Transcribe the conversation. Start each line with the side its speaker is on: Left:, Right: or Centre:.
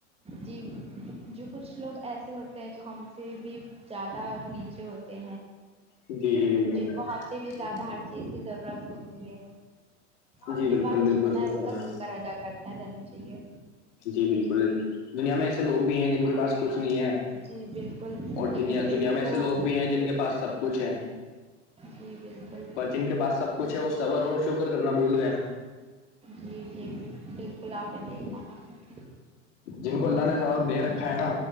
Right: جی جو کچھ لوگ ایسے ہوتے ہیں جو ہم سے بھی زیادہ نیچے ہوتے
Left: جی جی بالکل
Right: جن کو ہفتے میں زیادہ ہر چیز کی ضرورت ہوتی ہے اپنے
Left: جی بالکل
Right: پاس
Left: بالکل
Right: جتنا
Left: صحیح
Right: ہے اس
Left: فرمایا
Right: کا
Left: آپ
Right: شکر
Left: نے
Right: ادا کرتا رہنا چاہیے
Left: جی بالکل دنیا میں ایسے لوگ بھی ہیں جن کے پاس کچھ نہیں ہے
Right: جی بالکل
Left: اور
Right: لیکن
Left: دنیا
Right: پھر
Left: دنیا
Right: بھی
Left: میں ایسے
Right: وہ
Left: لوگ بھی ہیں جن کے پاس سب کچھ ہے
Right: جی بالکل
Left: پر جن کے پاس سب کچھ ہے وہ صبر اور شکر کرنا بھول گئے ہیں
Right: جی جی بھی بالکل آپ نے دیکھا ہے
Left: جن کو اللہ نے زیادہ دے رکھا ہے نا